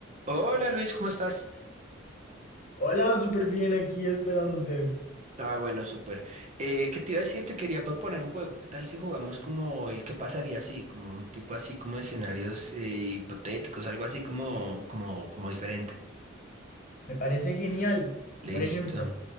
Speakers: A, on the right; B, on the left.
A: Hola Luis, ¿cómo estás?
B: Hola, súper bien aquí esperándote.
A: Ah, bueno, súper. Eh, ¿qué te iba a decir? Te quería proponer un juego. ¿Qué tal si jugamos como el que pasaría así? Como un tipo así como de escenarios eh, hipotéticos, algo así como, como, como diferente.
B: Me parece genial.
A: Listo.
B: Por ejemplo,